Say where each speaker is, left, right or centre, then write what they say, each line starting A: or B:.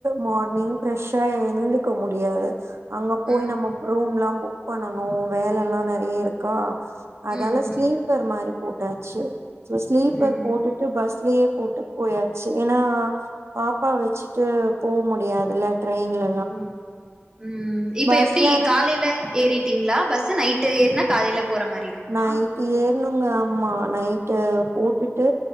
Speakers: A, on the right; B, on the right.
A: மார்னிங் ஃப்ரெஷ்ஷா எழுந்துக்க முடியாது அங்க போய்
B: ம்
A: நம்ம ரூம் எல்லா புக் பண்ணனும் வேலை எல்லா நெ றைய இருக்கா அதால
B: ம்
A: ஸ்லீப்பர்
B: ம்
A: மாதிரி போட்டாச்சு ஸ்லீப்பர்
B: ம்
A: போட்டு டு பஸ்லயே போட்டு போயாச்சு ஏன்னா பாப்பா வெச்சுட்டு போக முடியாதுல்ல ட்ரெயின்ல
B: உம் உம் இப்ப
A: பஸ்லனா
B: எப்படி காலையில ஏறிட்டீங்களா பஸ்ஸு நைட்டு ஏருனா காலையில போற மாரி இருக்குமா
A: நைட் ஏறணுங்க அம்மா நைட்டு போட்டுட்டு